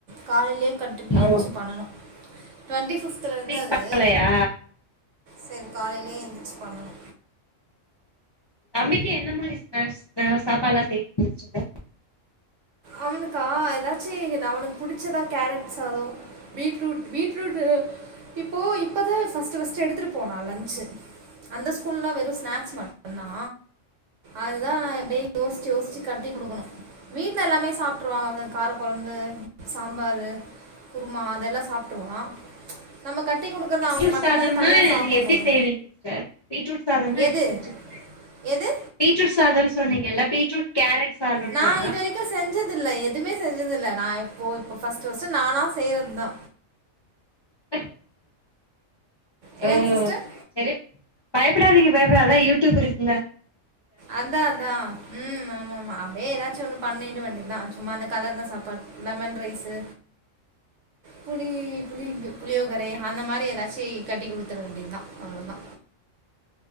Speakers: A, on the right; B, on the left.
A: காலைலயே கட்டு
B: ஆல்ரெடி
A: ஏன்ச்சு பண்ணனு டவெண்டி பிப்த் த்துறந்து
B: இன்னைக்கு
A: அது
B: பண்லையா
A: செரி காலையிலே எந்திரிச்சி பண்ணணு
B: தம்பிக்கு என்ன மாரி ஸ்னக்ஸ் அ சாப்பாடுல்லா செஞ்சு‌ வச்சிங்க
A: அவனுக்கா எதாச்சு அவனுக்கு புடிச்சதா கேரட் சாதோ பீட்ரூட் பீட்ரூட்டு இப்போ இப்பதா ஃபஸ்ட்டு ஃபஸ்ட்டு எடுத்துட்டு போனா லன்சு அந்த ஸ் ஸ்கூல்லா வெறு ஸ்நாக்ஸ் மட்டுதா அதுதா நா எப்டியே யோசிச்சு யோசிச்சு கட்டி குடுக்கணு வீட்ல எல்லாமே சாப்டுருவா அவ கார கொழம்பு சாம்பாரு குருமா அதெல்லா சாப்ட்டுருவா நம்ம கட்டிகுடு குடுக்கறத அவன்
B: பீட்ரூட்
A: மட்டுந்தானே
B: சாதம்னா
A: தனியா சாப்பிட்ணு
B: எப்டி
A: இல்ல
B: செய்வீங்க சிஸ்டர் பீட்ரூட் சாதம்னா
A: எது
B: எப்டி செஞ்சு
A: எது
B: பீட்ரூட் சாதம் சொன்னீங்கல்ல பீட்ரூட் கேரட் சாதம்னா
A: நா இது வரிக்கும் செஞ்சதுல்ல எதுமே செஞ்சதுல்ல நா இப்போ இப்போ ஃபர்ஸ்ட்டு ஃபர்ஸ்ட்டு நானா செய்றதுதா
B: <unintelligible>
A: என்னங்
B: ஓ
A: சிஸ்டர்
B: சரி பயப்படாதீங்க பயப்படா அத்தா யூடியூப் இருக்குல்ல
A: அத்தா அத்தா ம் ஆமா ஆமா அப்டியே ஏதாச்சும் ஒண்ணு பண்ணிட வேண்டியதுதா சும்மா அந்த கலர்னஸ் சாப்பாட் லெமன் ரைஸ்சு புளி புளி <unintelligible> புளியோகரை அந்த மாறி ஏதாச்சு கட்டி குடுத்துற வேண்டியதுதா அவ்ளதா